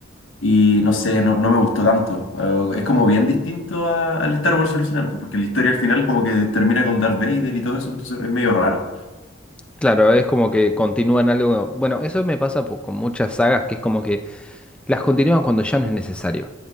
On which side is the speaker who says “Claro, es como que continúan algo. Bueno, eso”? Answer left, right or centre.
Centre